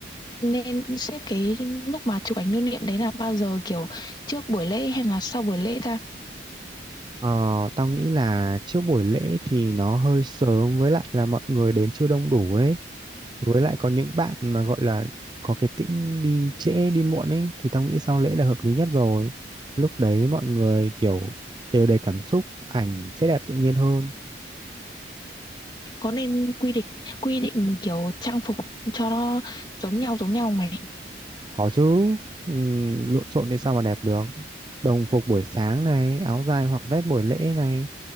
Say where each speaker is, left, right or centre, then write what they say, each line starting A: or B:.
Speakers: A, on the left; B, on the right.
A: nên xếp cái lúc mà chụp ảnh lưu niệm đấy là bao giờ kiểu trước buổi lễ hay là sau buổi lễ ta?
B: Ờ, tao nghĩ là trước buổi lễ thì nó hơi sớm với lại là mọi người đến chưa đông đủ ấy. Với lại có những bạn mà gọi là có cái tính đi trễ đi muộn ấy thì tao nghĩ sau lễ là hợp lý nhất rồi. Lúc đấy mọi người kiểu đều đầy cảm xúc, ảnh sẽ đẹp tự nhiên hơn.
A: Có nên quy định quy định kiểu trang phục cho nó giống nhau giống nhau không mày?
B: Có chứ, ừm, lộn xộn thì sao mà đẹp được. Đồng phục buổi sáng này, áo dài hoặc vest buổi lễ này,